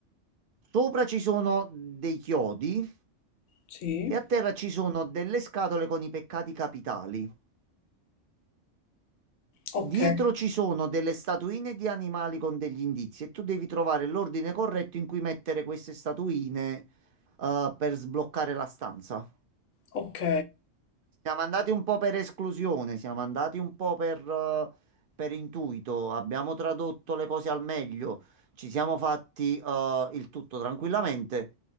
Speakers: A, on the right (about 55°); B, on the left (about 80°).
A: Sopra ci sono dei chiodi
B: sì.
A: e a terra ci sono delle scatole con i peccati capitali.
B: Ok,
A: Dietro ci sono delle statuine di animali con degli indizi e tu devi trovare l'ordine corretto in cui mettere queste statuine, eh, per sbloccare la stanza.
B: ok.
A: Siamo andati un po' per esclusione, siamo andati un po' per, eh, per intuito, abbiamo tradotto le cose al meglio, ci siamo fatti, eh, il tutto tranquillamente.